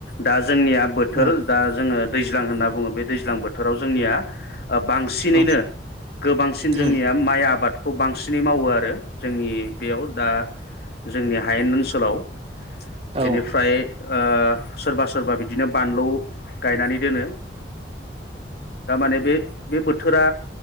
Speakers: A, on the left; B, on the right.
A: दा ज जोंनिया बोथोर
B: औ
A: दा जोङो दैज्लां होनना बुङो बे दैज्लां बोथोराव जोंनिया ओ बांसिनैनो
B: औ
A: गोबांसिन
B: उम
A: जोंनिया माइ आबाद खौ बांसिनै मावो आरो जोंनि बेयाव दा जोंनि हायेन ओनसोलाव
B: औ
A: एनिफाय ओ सोरबा सोरबा बिदिनो बानलु गायनानै दोनो दा माने बे बे बोथोरा